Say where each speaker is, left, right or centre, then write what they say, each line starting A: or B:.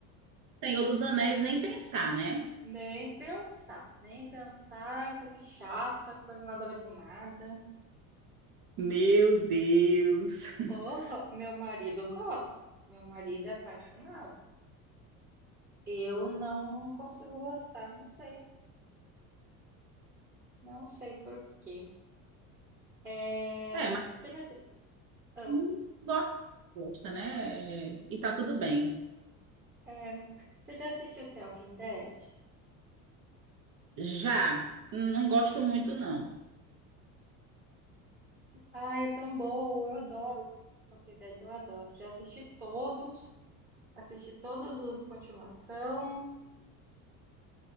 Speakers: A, on the right; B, on the right.
A: o Senhor dos Anéis nem pensar, né?
B: nem pensar. Nem pensar, coisa chata, coisa nada a ver com nada.
A: Meu Deus. <laughs>
B: Oh, meu marido gosta. Meu marido é apaixonado. Eu não consigo gostar. Não sei. Não sei por quê. É,
A: É,
B: Você
A: mas
B: já, assi- ah,
A: hum, gosta, gosta, né? E tá tudo bem.
B: é, você já assistiu The Walking Dead?
A: Já, não gosto muito, não.
B: Ai, é tão bom, eu adoro. Walking Dead eu adoro. Já assisti todos, assisti todos os continuação.